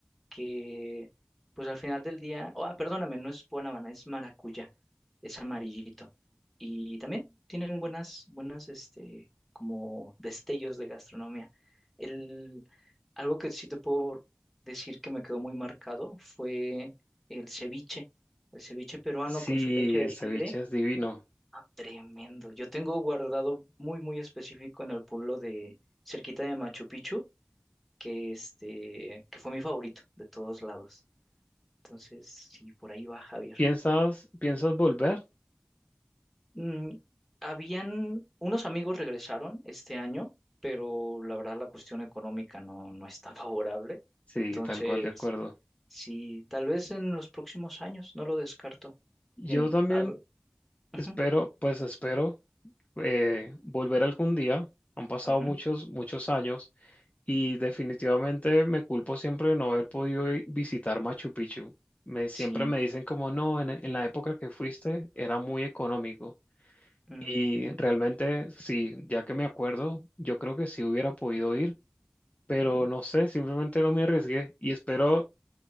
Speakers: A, in the centre; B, on the left.
A: que pues al final del día, oh, ah, perdóname, no es guanábana, es maracuyá, es amarillito. Y también tienen buenas, buenas, este, como destellos de gastronomía. El, algo que sí te puedo decir que me quedó muy marcado fue el ceviche, el ceviche peruano
B: Sí,
A: con su leche de
B: el ceviche
A: tigre.
B: es divino.
A: Ah, tremendo. Yo tengo guardado muy, muy específico en el pueblo de cerquita de Machu Picchu, que este, que fue mi favorito de todos lados. Entonces, sí, por ahí va Javier.
B: ¿Piensas, piensas volver?
A: Mm, habían, unos amigos regresaron este año, pero la verdad la cuestión económica no, no está <laughs> favorable.
B: Sí,
A: Entonces,
B: tal cual, de acuerdo.
A: Sí, tal vez en los próximos años, no lo descarto.
B: Yo
A: Eh,
B: también
A: al- ujú,
B: espero, pues espero eh, volver algún día. Han pasado
A: ujú,
B: muchos, muchos años Y definitivamente me culpo siempre de no haber podido i- visitar Machu Picchu. Me, siempre
A: sí,
B: me dicen como no, en, e- en la época que fuiste era muy económico.
A: ujú,
B: Y realmente sí, ya que me acuerdo, yo creo que sí hubiera podido ir, pero
A: ujú.
B: no sé, simplemente no me arriesgué. Y espero,